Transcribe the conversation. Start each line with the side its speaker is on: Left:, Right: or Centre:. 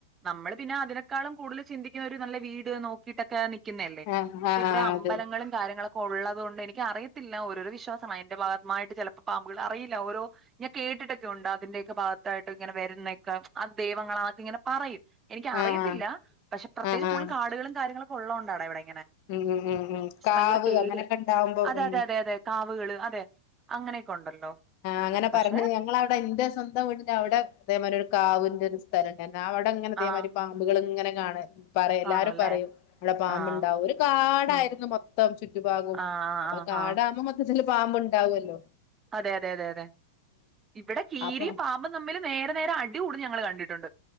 Right: നമ്മള് പിന്നെ അതിനേക്കാളും കൂടുതൽ ചിന്തിക്കുന്ന ഒരു നല്ല വീട് നോക്കിട്ടൊക്കെ നിൽക്കുന്ന അല്ലേ
Left: ആഹ് ആഹ് ആഹ് ആഹ്
Right: ഇവിടെ അമ്പലങ്ങളും
Left: അതെ
Right: കാര്യങ്ങളൊക്കെ ഉള്ളത് കൊണ്ട് എനിക്ക് അറിയത്തില്ല ഓരോ വിശ്വാസമാണ് അയിന്റെ ഭാഗമായിട്ട് ചിലപ്പോ പാമ്പുകൾ അറിയില്ല ഓരോ ഞാൻ കേട്ടിട്ടൊക്കെ ഉണ്ട് അതിന്റെയൊക്കെ ഭാഗത്തായിട്ട് ഇങ്ങനെ വരുന്നക്കെ ആ ദൈവങ്ങൾ ആദ്യം ഇങ്ങനെ പറയും എനിക്ക് അറിയത്തില്ല
Left: ആഹ് ആഹ്
Right: പക്ഷെ പ്രത്യകിച്ച്
Left: ആഹ്
Right: കൂടുതും
Left: ആഹ്
Right: കാടുകളും കാര്യങ്ങളൊക്കെ ഉള്ള കൊണ്ടാടാ ഇവിടെ ഇങ്ങനെ
Left: ഉം ഉ ഉം ഉം
Right: പക്ഷെ
Left: കാവ്
Right: ഭയങ്കര പേടിയാ
Left: അങ്ങനെയൊക്കെ ഉണ്ടാവുമ്പോ
Right: അതെ
Left: ഉം
Right: അതെ അതെ അതെ കാവുകള് അതെ അങ്ങനെയൊക്കെ ഉണ്ടല്ലോ
Left: ആ അങ്ങനെ പറിണ
Right: പക്ഷെ
Left: ഞങ്ങളെ അവിടെ ഇന്റെ സ്വന്തം വീടിൻ്റെ അവിടെ ഇതേ മാതിരി ഒരു കാവിന്റെ ഒരു സ്ഥലണ്ടയ്അവിടെ ഇങ്ങനെഇതേമാതിരി
Right: ആഹ്
Left: പാമ്പുകള്ങ്ങനെ കാണ പറ എല്ലാരും
Right: കാണുംല്ലേ
Left: പറയും ഇവിടെ പാമ്പുണ്ടാവും
Right: ആഹ്
Left: ഒരു കാടായിരുന്നു
Right: ഉം
Left: മൊത്തം ചുറ്റുപാഗും
Right: ആഹ് ആഹ് ആഹ്
Left: കാട്
Right: ആഹ്
Left: ആകുമ്പോൾ മൊത്തത്തിൽ പാമ്പുണ്ടാവുല്ലോ
Right: അതെ അതെ അതെ ഇവിടെ കീരി
Left: അപ്പൊ
Right: പാമ്പ് തമ്മിൽ നേരെ നേരെ അടി കൂടുന്നത് ഞങ്ങൾ കണ്ടിട്ടുണ്ട്